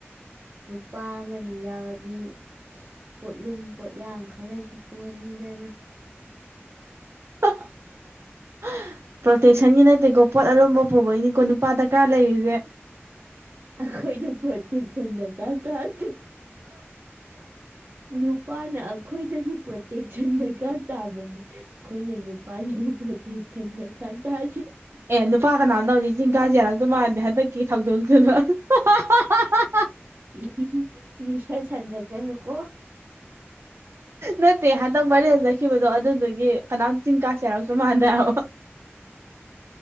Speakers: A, on the right; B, on the right.
A: ꯅꯨꯄꯥ ꯑꯃꯅꯤ ꯌꯥꯎꯔꯗꯤ ꯄꯣꯠꯂꯨꯝ ꯄꯣꯠꯌꯥꯡ ꯈꯔꯁꯨ ꯄꯨꯍꯟꯅꯤꯗ <unintelligible>
B: <unintelligible> ꯄ꯭ꯔꯣꯇꯦꯛꯁꯟꯒꯤ ꯅꯠꯇꯦꯀꯣ ꯄꯣꯠ ꯑꯔꯨꯝꯕ ꯄꯨꯕꯒꯤꯅꯤꯀꯣ ꯅꯨꯄꯥꯗ ꯀꯔꯥ ꯂꯩꯔꯤꯁꯦ
A: ꯑꯩꯈꯣꯏꯅ ꯄꯇꯦꯛꯆꯟ ꯗꯀꯥ ꯇꯗꯦ ꯅꯨꯄꯥꯅ ꯑꯩꯈꯣꯏꯗꯒꯤ ꯇꯦꯛꯁꯟ ꯗꯔꯀꯥꯔ ꯇꯥꯕꯅꯦ ꯑꯩꯈꯣꯏꯅ ꯅꯨꯄꯥꯒꯤ ꯄ꯭ꯔꯣꯇꯦꯛꯁꯟ ꯗꯔꯀꯥꯔ ꯇꯥꯗꯦ꯫
B: ꯑꯦ ꯅꯨꯄꯥ ꯀꯅꯥꯝꯇ ꯍꯧꯖꯤꯛ ꯆꯤꯡ ꯀꯥꯖꯤ ꯌꯥꯔꯛꯇꯧ ꯃꯥꯟꯗꯦ ꯍꯟꯗꯛꯀꯤ ꯊꯧꯗꯣꯛꯇꯨꯗ꯫ <unintelligible>
A: <unintelligible> ꯅꯤꯁꯥ ꯁꯥꯟꯅꯒꯅꯨꯀꯣ꯫
B: ꯅꯠꯇꯦ ꯍꯟꯗꯛ ꯐꯥꯏꯔꯤꯜ ꯆꯠꯈꯤꯕꯗꯣ ꯑꯗꯨꯗꯨꯒꯤ ꯀꯅꯥꯝ ꯆꯤꯡ ꯀꯥꯥꯁꯦ ꯌꯥꯔꯛꯇꯧ ꯃꯥꯟꯗꯦ ꯍꯥꯏꯕ꯫